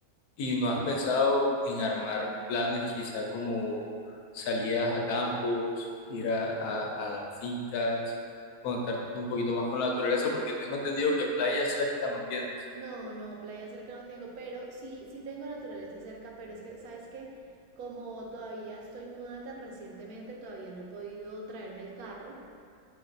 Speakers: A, on the left; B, on the right.
A: ¿y no has pensado en armar planes quizá como salidas a campos, ir a, a, a fincas, conectarte un poquito más con la naturaleza? Porque tengo entendido que playa cerca no tienes,
B: No, no, playa cerca no tengo, pero sí, sí tengo naturaleza cerca, pero es que, ¿sabes qué? Como todavía estoy mudada tan recientemente, todavía no he podido traerme el carro.